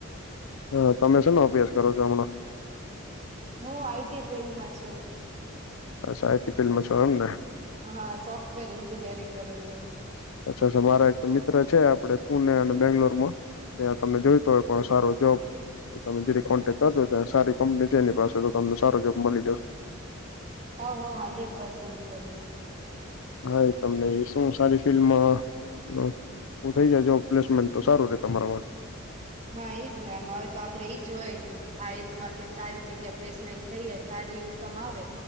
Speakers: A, on the left; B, on the right.
A: હા, તમે શેનો અભ્યાસ કરો છો, હમણાં?
B: હું આઈટી ફિલ્ડમાં છું.
A: અચ્છા આટી ફિલ્માં છો, અમને.
B: હા સોફ્ટવેર એન્જિનિયરિંગ કરું છું.
A: અચ્છા અચ્છા મારા એક મિત્ર છે, આપડે પુણે અને બેંગ્લોરમાં. ત્યાં તમને જોઈતો હોય કોઈ સારો જોબ તમે જે કોન્ટેક્ટ કરજો ત્યાં સારી કંપની છે, એની પાસે તો તમને સારો જોબ મળી જશે.
B: હોવ, હોવ હંડ્રેડ પર્સેન્ટ કરીશ.
A: હા તમને શું સારી ફિલ્મ હા થઈ જયા જો પ્લેસમેન્ટ તો સારું રે તમારા માટે.
B: હા એઈજ ને એમ હવે તો આપડે ઈજ હોય. આ એજમાં કે સારી જગ્યા પ્લેસમેન્ટ થઈજ સારી ઈન્કમ આવે